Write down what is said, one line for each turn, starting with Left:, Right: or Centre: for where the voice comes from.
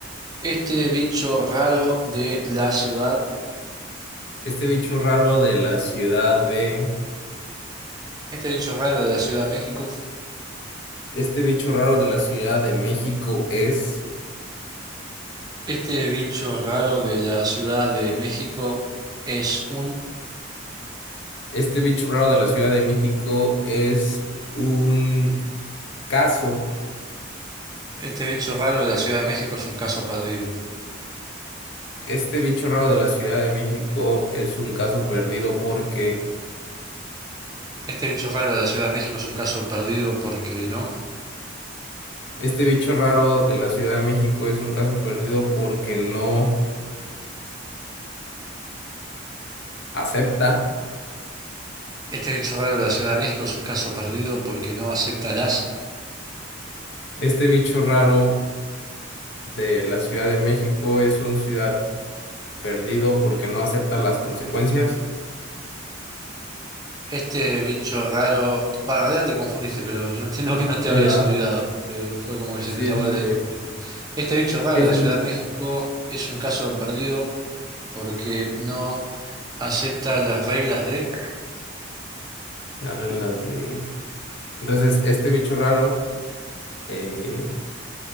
Right: este bicho raro de la ciudad,
Left: Este bicho raro de la ciudad de.
Right: este bicho raro de la Ciudad de México.
Left: Este bicho raro de la Ciudad de México es.
Right: Este bicho raro de la Ciudad de México es un...
Left: Este bicho raro de la Ciudad de México es un caso.
Right: Este bicho raro de la Ciudad de México es un caso perdido.
Left: Este bicho raro de la Ciudad de México es un caso perdido porque
Right: Este bicho raro de la Ciudad de México es un caso perdido porque no.
Left: este bicho raro de la Ciudad de México es un caso perdido porque no acepta.
Right: Este bicho raro de la Ciudad de México es un caso perdido porque no acepta las...
Left: Este bicho raro de la Ciudad de México es un ciudad perdido porque no acepta las consecuencias.
Right: Este bicho raro... Bah, en realidad te confundiste, pero yo entiendo que no te
Left: Sí,
Right: habías
Left: ¿verdad?
Right: olvidado. Eh, fue como que se
Left: Sí,
Right: te trabó
Left: sí,
Right: la lengua.
Left: sí.
Right: No importa. Este bicho raro
Left: Sí,
Right: de la
Left: sí,
Right: Ciudad
Left: lo dudé.
Right: de México es un caso perdido porque no acepta las reglas de...
Left: Las reglas de... Entonces, este bicho raro, eh,